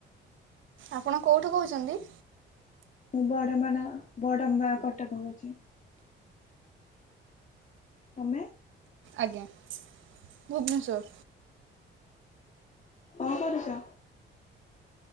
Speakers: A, on the right; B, on the left.
A: ଆପଣ କେଉଁଠୁ କହୁଛନ୍ତି?
B: ମୁଁ ବଡମ୍ୱା ନା ବଡମ୍ୱା କଟକ କହୁଛି। ତମେ।
A: ଆଜ୍ଞା ଭୁବନେଶ୍ଵର।
B: କଣ କରୁଚ?